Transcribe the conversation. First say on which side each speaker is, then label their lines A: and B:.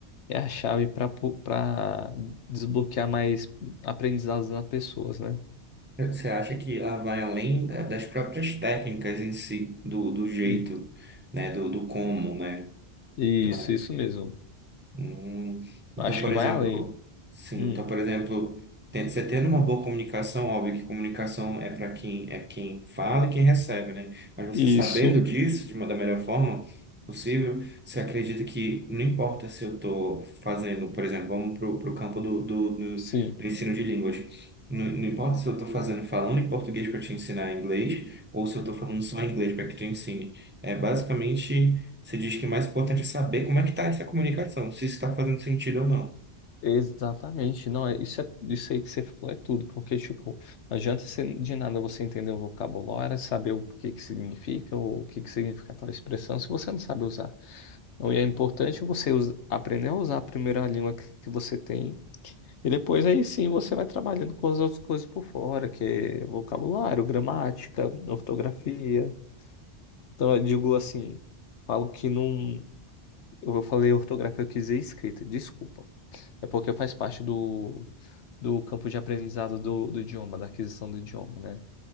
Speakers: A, on the left; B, on the right.
A: é a chave para para desbloquear mais aprendizados nas pessoas, né?
B: falar. Você acha que ela vai além da- das próprias técnicas em si, do, do jeito,
A: E,
B: né, do, do como, né?
A: isso,
B: Então,
A: isso mesmo.
B: Hum, Então,
A: Acho
B: por
A: que vai
B: exemplo,
A: além.
B: sim,
A: Hum,
B: então, por exemplo, tem- você tendo uma boa comunicação, óbvio que comunicação é para quem é quem fala e quem recebe, né? Mas você
A: isso,
B: sabendo disso de uma da melhor forma possível, você acredita que não importa se eu estou fazendo, por exemplo, vamos para o campo do, do, do,
A: sim.
B: do ensino de línguas. Não, não importa se eu estou fazendo falando em português para te ensinar inglês ou se eu estou falando só inglês para que tu ensine. É basicamente. Você diz que o mais importante é saber como é que está essa comunicação, se isso está fazendo sentido ou não.
A: Exatamente. Não é, isso é isso aí que você falou é tudo, porque tipo, não adianta você, de nada você entender o vocabulário, saber o que que significa ou o que que significa tal expressão se você não sabe usar. Então, e é importante você us- aprender a usar a primeira língua que que você tem. E depois aí sim você vai trabalhando com as outras coisas por fora, que é vocabulário, gramática, ortografia. Então eu digo assim, falo que não. Eu falei ortografia, eu quis dizer escrita, desculpa. É porque faz parte do, do campo de aprendizado do, do idioma, da aquisição do idioma, né?